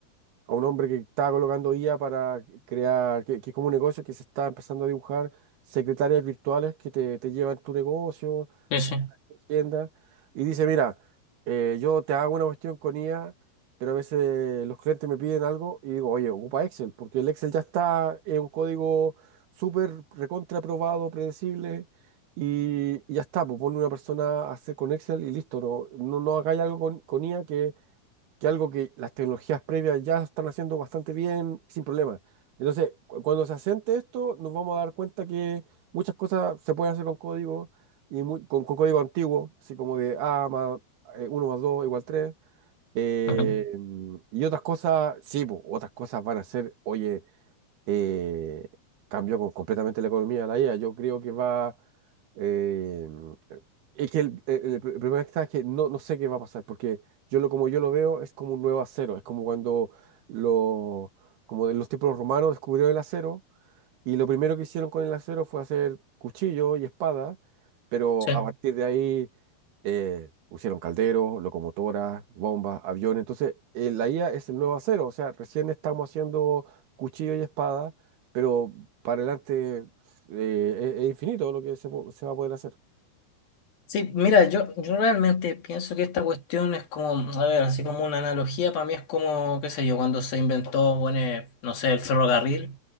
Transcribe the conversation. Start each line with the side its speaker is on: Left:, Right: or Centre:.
Right: a un hombre que estaba colocando IA para crear, que, que es como un negocio que se está empezando a dibujar, secretarias virtuales que te, te llevan tu negocio,
Left: Sí, sí.
Right: tienda y dice, mira, eh, yo te hago una cuestión con IA, pero a veces los clientes me piden algo y digo, oye, ocupa Excel, porque el Excel ya está es un código súper recontra aprobado, predecible, y, y ya está, pues ponle una persona a hacer con Excel y listo, no, no, no hagáis algo con, con I A que que algo que las tecnologías previas ya están haciendo bastante bien, sin problema. Entonces, cu- cuando se asiente esto, nos vamos a dar cuenta que muchas cosas se pueden hacer con código, y mu- con, con código antiguo, así como de A más eh, uno más 2 igual tres eh,
Left: ujú,
Right: mm, y otras cosas, sí, po, otras cosas van a ser, oye, eh, cambia co- completamente la economía de la IA. Yo creo que va... eh, es que el, el- el pr- el problema está es que no, no sé qué va a pasar, porque yo lo, como yo lo veo es como un nuevo acero, es como cuando lo, como de los tiempos romanos descubrieron el acero y lo primero que hicieron con el acero fue hacer cuchillo y espada, pero
Left: sí.
Right: a partir de ahí eh, pusieron calderos, locomotoras, bombas, aviones. Entonces, eh, la IA es el nuevo acero, o sea, recién estamos haciendo cuchillo y espada, pero para adelante eh, es, es infinito lo que se, po- se va a poder hacer.
Left: Sí, mira, yo, yo realmente pienso que esta cuestión es como, a ver, así como una analogía, para mí es como, qué sé yo, cuando se inventó, bueno, eh, no sé, el ferrocarril,